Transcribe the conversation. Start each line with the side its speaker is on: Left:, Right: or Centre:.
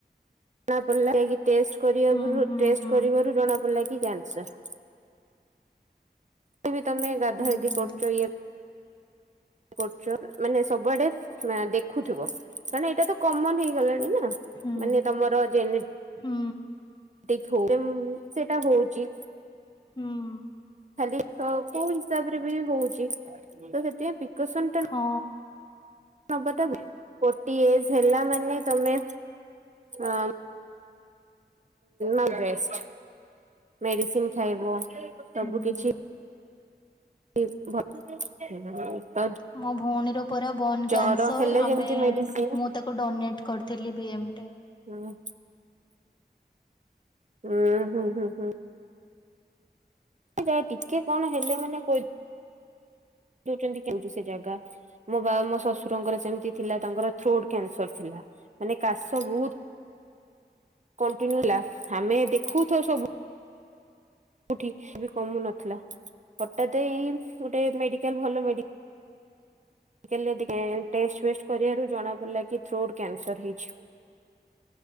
Right: ଜଣା ପଡ଼ିଲା ଟେଷ୍ଟ କରିବା
Left: ହୁଁ
Right: ପରୁ
Left: ହୁଁ
Right: ଟେଷ୍ଟ
Left: ହୁଁ।
Right: କରିବାରୁ ଜଣାପଡ଼ିଲା କି କ୍ୟାାନସର। ତେବେ ତମେ ଗାଧା
Left: ହୁଁ
Right: ଗାଧି
Left: ହୁଁ।
Right: କରୁଛ ଇଏ କରୁଛ ମାନେ ସବୁଆଡେ ଫ ଦେଖୁଥିବ କାରଣ ଏଇଟା ତ କମନ ହେଇଗଲାଣି ନା।
Left: ହୁଁ
Right: ମାନେ ତମର ଜେନେ--ଟିକ୍
Left: ହୁଁ
Right: ହଉ ଉଁ ସେଟା ହଉଛି।
Left: ହୁଁ।
Right: ଖାଲି ତ କୋଉ ହିସାବ ରେ ବି ହଉଛି ତ ସେଥି ପାଇଁ ପ୍ରିକସନ ଟା
Left: ହଁ।
Right: ନବାଟା ଭ ଫୋର୍ଟି ଏଜ ହେଲା ମାନେ ତମେ ଅଁ ଅଁ ବେଷ୍ଟ ମେଡିସିନ ଖାଇବ ସବୁ
Left: ହୁଁ।
Right: କିଛି <unintelligible>
Left: ମୋ ଭଉଣୀର ପରା ବୋନ୍
Right: ଜର
Left: କ୍ୟାନସର
Right: ହେଲେ ଯେମିତି
Left: ଆମେ
Right: ମେଡିସିନ
Left: ମୁଁ ତାକୁ ଡୋନେଟ କରିଥିଲି ବି ଏମ ଟେ।
Right: ହୁଁ! ହୁଁ ହୁଁ ହୁଁ ହୁଁ। ଯାହା ଟିକେ କଣ ହେଲେ ମାନେ କହି ଦଉଛନ୍ତି କେଉଠି ସେ ଜାଗା। ମୋ ବାବା ମୋ ଶ୍ୱଶୁରଙ୍କର ସେମିତି ଥିଲା ତାଙ୍କର ଥ୍ରୋଟ୍ କ୍ୟାନସର ଥିଲା। ମାନେ କାଶ ବହୁତ କଣ୍ଟିନ୍ୟୁ ହେଲା ଆମେ ଦେଖଉ ଥାଉ ସବୁ କଉଠି ବି କମୁ ନଥିଲା ହଠାତ ଏଇ ଗୋଟେ ମେଡିକାଲ ଭଲ ମେଡି ମେଡିକାଲ ରେ ଟେଷ୍ଟ ଫେଷ୍ଟ କରିବାରୁ ଜଣା ପଡିଲା କି ଥ୍ରୋଟ କ୍ୟାନସର ହେଇଛି।